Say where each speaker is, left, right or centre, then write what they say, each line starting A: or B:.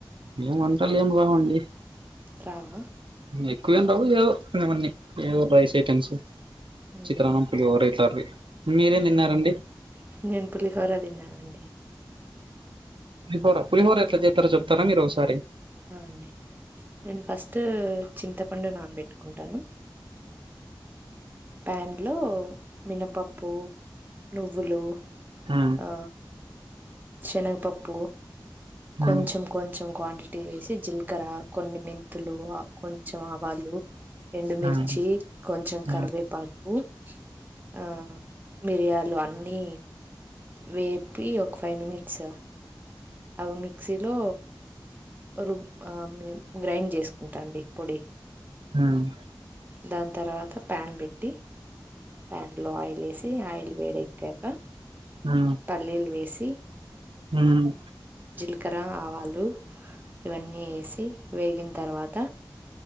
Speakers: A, on the right (about 85°); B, on the right (about 20°).
A: ఏం వంటల్ ఏమీ రావండి
B: రావా
A: ఎక్కువ ఏమీ రావు ఏదో ఇవన్నీ ఏదో రైస్ ఐటెమ్స్
B: మ్మ్
A: చిత్రన్నం పులిహోర ఇట్లాటివి మీరేం
B: మ్మ్
A: తిన్నారండి
B: నేను పులిహోర తిన్నానండి
A: పులిహోర పులిహోర ఎట్ల చెత్తరో చెప్తారా మీరు ఒసారి
B: ఆ అండి నేను ఫస్టు చింతపండు నానబెట్టుకుంటాను ప్యాన్ లో మినపప్పు నువ్వులు
A: ఆ
B: ఆ శనగపప్పు
A: మ్మ్
B: కొంచెం కొంచెం క్వాంటిటి వేసి జీలకర్ర కొన్ని మెంతులు కొంచెం ఆవాలు ఎండుమిర్చి
A: మ్మ్ మ్మ్
B: కొంచెం
A: మ్మ్ మ్మ్ మ్మ్ మ్మ్ మ్మ్ మ్మ్ మ్మ్ మ్మ్ మ్మ్
B: కరివేపాకు ఆ మిర్యాలు అన్నీ వేపి ఒక ఫై మినిట్స్ అవి మిక్సీలో రుబ్ ఆ గ్రైండ్ చేసుకుంటా అండి పొడి
A: ఉమ్
B: దాని తర్వాత ప్యాన్ పెట్టి ప్యాన్లో ఆయిల్ వేసి ఈ ఆయల్ వేడి ఎక్కకా
A: ఆ
B: పల్లీలు వేసి
A: హ్మ్
B: జీలకర్ర ఆవాలు ఇవన్నీ ఎసి వేగిన తర్వాత